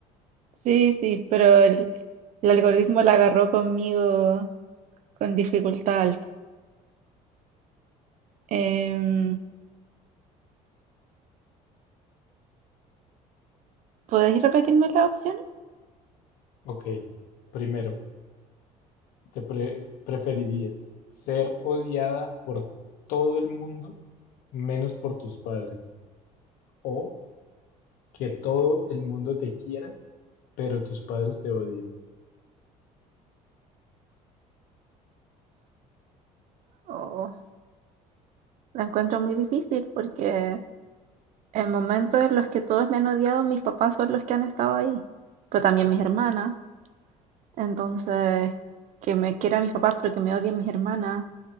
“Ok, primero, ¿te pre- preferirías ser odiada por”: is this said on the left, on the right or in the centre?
Left